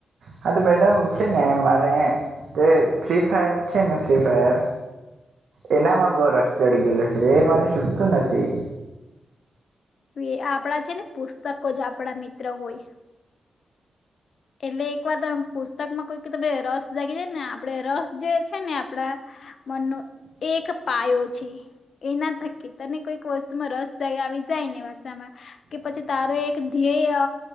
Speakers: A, on the right; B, on the left.
A: હા, તો મેડમ છે ને મારે તે ફ્રી ફાયર છે ને ફ્રી ફાયર એનામાં બહુ રસ ચડી ગયેલો છે એ મને છૂટતું નથી.
B: હવે આપણા છે ને પુસ્તકો જ આપણા મિત્ર હોય એટલે એક વાર તમે પુસ્તકમાં કોઈક તમે રસ જાગી જાયને આપણે રસ જે છે ને આપણા મનનો એ એક પાયો છે. એના થકી તને કોઈક વસ્તુમાં રસ આવી જાય ને વાંચવામાં કે પછી તારો એક ધ્યેય